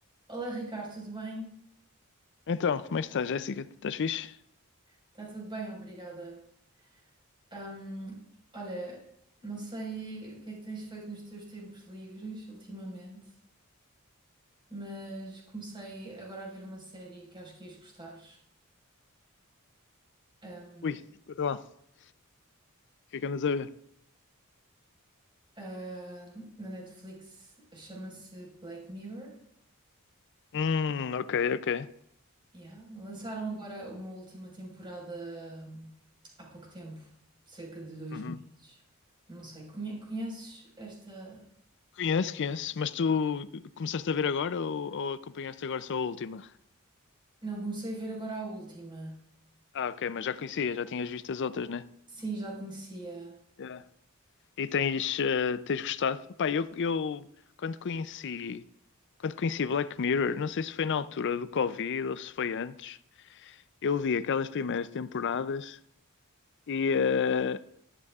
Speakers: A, on the right (about 20°); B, on the left (about 55°).
A: Olá Ricardo, tudo bem?
B: Então, como é que estás, Jéssica? Estás fixe?
A: Está tudo bem, obrigada. Hum, olha, não sei o que é que tens feito nos teus tempos livres ultimamente, mas comecei agora a ver uma série que acho que ias gostar. Hum,
B: Ui, escuta lá. O que é que andas a ver?
A: ah, na Netflix chama-se Black Mirror.
B: Hum, ok, ok.
A: Yeah. Lançaram agora uma última temporada hum, há pouco tempo, cerca de dois
B: Uhum.
A: meses. Não sei, conhe- conheces esta?
B: Conheço, conheço. Mas tu começaste a ver agora ou, ou acompanhaste agora só a última?
A: Não, comecei a ver agora a última.
B: Ah, ok, mas já conhecia, já tinhas visto as outras, né?
A: Sim, já conhecia.
B: Yeah. E tens, eh, tens gostado? Pá, eu, eu quando conheci, quando conheci Black Mirror, não sei se foi na altura do Covid ou se foi antes, eu vi aquelas primeiras temporadas. e eh,